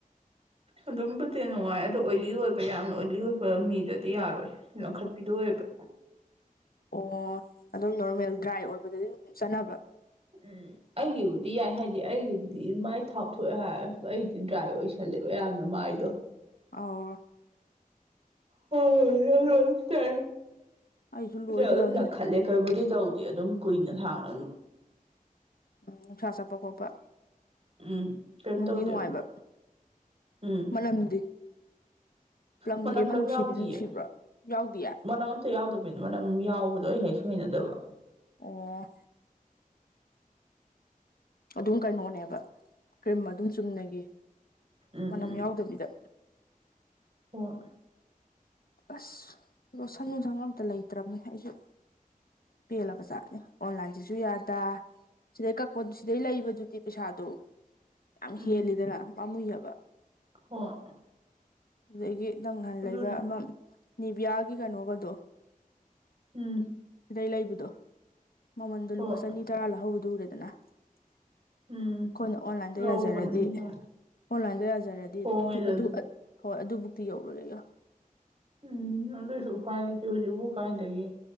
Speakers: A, on the right; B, on the left.
A: ꯑꯗꯨꯝꯕꯨꯗꯤ ꯅꯨꯡꯉꯥꯏ ꯑꯗꯣ ꯑꯣꯏꯂꯤ ꯑꯣꯏꯕ ꯌꯥꯝꯅ ꯑꯣꯏꯂꯤ ꯑꯣꯏꯕ ꯃꯤꯗꯗꯤ ꯌꯥꯔꯣꯏ ꯂꯧꯈꯠꯄꯤꯗꯣ ꯑꯣꯏꯑꯕ
B: ꯑꯣ ꯑꯗꯨꯝ ꯅꯣꯔꯃꯦꯜ ꯗ꯭ꯔꯥꯏ ꯑꯣꯏꯕꯗꯗꯤ ꯑꯗꯨꯝ ꯆꯠꯅ
A: ꯎꯝ ꯑꯩꯒꯤꯕꯨꯗꯤ ꯌꯥꯏ ꯍꯥꯏꯗꯤ ꯑꯩꯒꯤꯗꯤ ꯃꯥꯏ ꯊꯥꯎꯊꯣꯛꯑꯦ ꯍꯥꯏꯔꯁꯨ ꯑꯩꯗꯤ ꯗ꯭ꯔꯥꯏ ꯑꯣꯏꯁ ꯊꯜꯂꯦꯕ ꯌꯥꯝꯅ ꯃꯥꯏꯗꯣ
B: ꯑꯣ
A: <unintelligible> ꯇ
B: ꯑꯩꯁꯨ ꯂꯣꯏꯗꯣꯔꯕꯅꯤ
A: ꯑꯗꯨꯝ ꯂꯥꯡꯈꯠꯂꯦ ꯀꯩꯕꯨꯗꯤ ꯇꯧꯗꯦ ꯑꯗꯨꯝ ꯀꯨꯏꯅ ꯁꯥꯡꯅ <unintelligible>
B: ꯎꯝ ꯅꯨꯡꯁꯥ ꯆꯠꯄ ꯈꯣꯠꯄ
A: ꯎꯝ ꯀꯩꯝ
B: ꯅꯨꯡꯗꯤ
A: ꯇꯧꯗꯦꯕ
B: ꯅꯨꯡꯉꯥꯏꯕ
A: ꯎꯝ
B: ꯃꯅꯝꯗꯤ ꯄꯂꯝꯒꯤ
A: ꯃꯅꯝ
B: ꯑꯃ
A: ꯀꯩꯝ
B: ꯅꯨꯡꯁꯤꯕꯤꯗꯨ
A: ꯌꯥꯎꯗꯤꯌꯦ
B: ꯅꯨꯡꯁꯤꯕ꯭ꯔꯣ ꯌꯥꯎꯗꯤꯌꯥ
A: ꯃꯅꯝ ꯑꯝꯇ ꯌꯥꯎꯗꯕꯅꯤ ꯃꯔꯅꯝ ꯌꯥꯎꯕꯗꯣ ꯑꯩ ꯍꯦꯛ ꯁꯣꯏꯅꯗꯕ
B: ꯑꯣ ꯑꯗꯨꯝ ꯀꯩꯅꯣꯅꯦꯕ ꯀ꯭ꯔꯤꯝ ꯑꯗꯨꯝ ꯆꯨꯝꯅꯒꯤ
A: ꯎꯝ
B: ꯃꯅꯝ
A: ꯎꯝ
B: ꯌꯥꯎꯗꯕꯤꯗ
A: ꯍꯣꯏ
B: ꯑꯁ ꯑꯗꯣ ꯁꯟ ꯅꯨꯡꯁꯪ ꯑꯝꯇ ꯂꯩꯇ꯭ꯔꯕꯅꯦ ꯑꯩꯁꯨꯦ ꯄꯦꯜꯂꯕꯖꯥꯠꯅꯤ ꯑꯣꯟꯂꯥꯏꯟꯁꯤꯁꯨ ꯌꯥꯗ ꯁꯤꯗꯩ ꯀꯛꯄꯗꯨ ꯁꯤꯗꯩ ꯂꯩꯕꯗꯨꯗꯤ ꯄꯩꯁꯥꯗꯨ ꯌꯥꯝ
A: ꯎꯝ
B: ꯍꯦꯜꯂꯤꯗꯅ ꯄꯥꯝꯃꯨꯏꯑꯕ
A: ꯍꯣꯏ
B: ꯑꯗꯨꯗꯒꯤ ꯅꯪ ꯅꯍꯥꯟ
A: ꯑꯗꯨꯅ
B: ꯂꯩꯕ ꯑꯃ ꯅꯤꯚꯌꯥꯒꯤ ꯀꯩꯅꯣꯒꯗꯣ
A: ꯎꯝ
B: ꯁꯤꯗꯩ ꯂꯩꯕꯗꯣ ꯃꯃꯟꯗꯣ
A: ꯍꯣꯏ
B: ꯂꯨꯄꯥ ꯆꯅꯤ ꯇꯔꯥ ꯂꯧꯍꯧꯕꯗꯨ ꯎꯔꯦꯗꯅ ꯑꯩꯈꯣꯏꯅ
A: ꯎꯝ
B: ꯑꯣꯟꯂꯥꯏꯟꯗ
A: ꯂꯧꯕꯅꯤ
B: ꯌꯥꯖꯔꯗꯤ ꯑꯣꯟꯂꯥꯏꯟꯗ ꯌꯥꯖꯔꯗꯤ
A: ꯍꯣꯡꯉꯤꯗꯅ
B: ꯑꯗꯨ ꯍꯣꯏ ꯑꯗꯨꯕꯨꯛꯇꯤ ꯌꯧꯔꯛꯏꯒ
A: ꯎꯝ ꯑꯗꯨꯏꯁꯨ ꯎꯄꯥꯏ ꯂꯩꯇꯦ ꯍꯧꯖꯤꯛꯐ ꯀꯥꯏꯗꯒꯤ